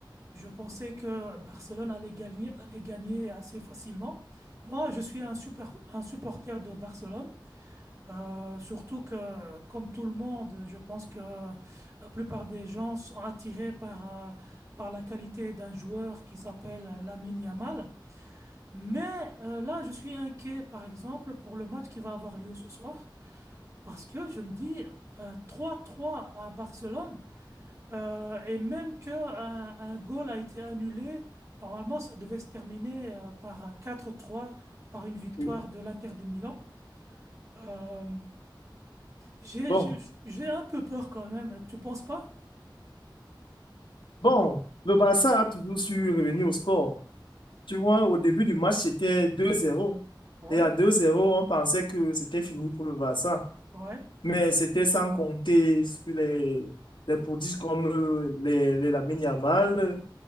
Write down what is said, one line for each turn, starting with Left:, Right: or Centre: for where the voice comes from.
Right: Je pensais que Barcelone allait gagner, allait gagner assez facilement. Moi, je suis un super, un supporter de Barcelone. Euh, surtout que, comme tout le monde, je pense que la plupart des gens sont attirés par, euh, par la qualité d'un joueur qui s'appelle Lamine Yamal. Mais euh, là, je suis inquiet, par exemple, pour le match qui va avoir lieu ce soir, parce que je me dis euh, 3-3 à Barcelone, euh, et même que un, un goal a été annulé, normalement, ça devait se terminer euh, par 4-3, par une victoire
Left: oui.
Right: de l'Inter de Milan. Euh, j'ai,
Left: Bon,
Right: j'ai j'ai un peu peur quand même, tu penses pas?
Left: bon, le Barça a toujours su revenir au score. Tu vois, au début du match, c'était deux zéro
Right: Ouais,
Left: Et à deux zéro on pensait que c'était fini pour le Barça.
Right: ouais,
Left: Mais c'était sans compter sur les, les prodiges comme euh, les, les Lamine Yamal